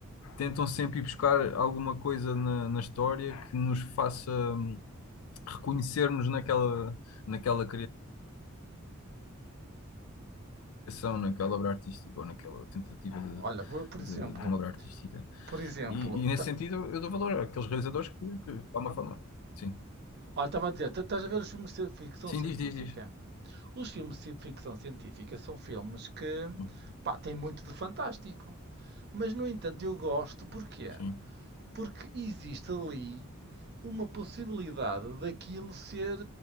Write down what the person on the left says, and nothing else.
tentam sempre ir buscar alguma coisa na, na história que nos faça hum, reconhecermos naquela, naquela criação, naquela obra artística ou naquela tentativa de,
de, de uma obra artística.
E, e nesse
sentido eu, eu dou valor àqueles realizadores que, que, de alguma forma. Sim.
Sim,
diz, diz, diz.
Sim,
sim,